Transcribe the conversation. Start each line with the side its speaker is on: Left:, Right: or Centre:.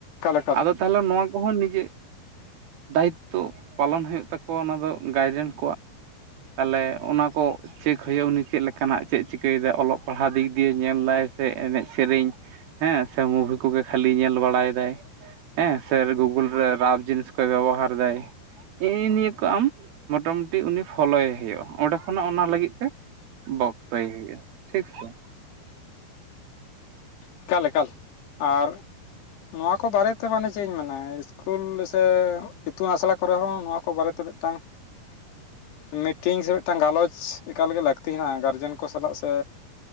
Left: ᱮᱠᱟᱞ
Right: ᱟᱫᱚ ᱛᱟᱦᱚᱞᱮ ᱱᱚᱣᱟ ᱠᱚᱦᱚᱸ ᱱᱤᱡᱮ ᱫᱟᱭᱤᱛᱛᱚ ᱯᱟᱞᱚᱱ ᱦᱳᱭᱳᱜ ᱛᱟᱠᱚᱣᱟ ᱚᱱᱟ ᱫᱚ ᱜᱟᱨᱡᱮᱱ ᱠᱚᱣᱟᱜ ᱟᱞᱮ ᱚᱱᱟ ᱠᱚ ᱪᱮᱠ ᱦᱳᱭᱳᱜᱼᱟ ᱩᱱᱤ ᱪᱮᱫ ᱞᱮᱠᱟᱱᱟᱜ ᱪᱮᱫ ᱮ ᱪᱤᱠᱟᱹᱭᱮᱫᱟᱭ ᱚᱞᱚᱜ ᱯᱟᱲᱦᱟᱣ ᱫᱤᱠ ᱫᱤᱭᱟᱹ ᱧᱮᱞᱫᱟᱭ ᱥᱮ ᱮᱱᱮᱡ ᱥᱮᱨᱮᱧ ᱦᱮᱸ ᱥᱮ ᱢᱩᱵᱷᱤ ᱠᱚᱜᱮ ᱠᱷᱟᱹᱞᱤ ᱧᱮᱞ ᱵᱟᱲᱟᱭ ᱫᱟᱭ ᱦᱮᱸ ᱥᱮ ᱜᱩᱜᱩᱞ ᱨᱮ ᱨᱟᱵ ᱡᱤᱱᱤᱥ ᱠᱚ ᱵᱮᱵᱚᱦᱟᱨ ᱫᱟᱭ ᱦᱮᱜᱸᱼᱮ ᱱᱤᱭᱟᱹ ᱠᱚ ᱟᱢ ᱢᱳᱚᱴᱟᱢᱩᱴᱤ ᱩᱱᱤ ᱯᱷᱳᱞᱳᱭᱮ ᱦᱩᱭᱩᱜᱼᱟ ᱚᱸᱰᱮ ᱠᱷᱚᱱᱟᱜ ᱚᱱᱟ ᱞᱟᱜᱤᱫ ᱛᱮ ᱵᱚᱠᱛᱚᱭ ᱦᱳᱭᱳᱜ-ᱟ ᱴᱷᱤᱠ ᱥᱮ
Left: ᱮᱠᱟᱞ ᱮᱠᱟᱞ ᱟᱨ ᱱᱚᱣᱟ ᱠᱚ ᱵᱟᱨᱮᱛᱮ ᱢᱟᱱᱮ ᱪᱮᱫ ᱤᱧ ᱢᱮᱱᱟ ᱤᱥᱠᱩᱞ ᱥᱮ ᱤᱛᱩᱱ ᱟᱥᱲᱟ ᱠᱚᱨᱮ ᱦᱚᱸ ᱱᱚᱣᱟ ᱠᱚ ᱵᱟᱨᱮᱛᱮ ᱢᱤᱫᱴᱟᱝ ᱢᱤᱴᱤᱝ ᱥᱮ ᱢᱤᱫᱴᱟᱝ ᱜᱟᱞᱚᱪ ᱮᱠᱟᱞᱜᱮ ᱞᱟᱹᱠᱛᱤ ᱦᱮᱱᱟᱜ-ᱟ ᱜᱟᱨᱡᱮᱱ ᱠᱚ ᱥᱟᱞᱟᱜ ᱥᱮ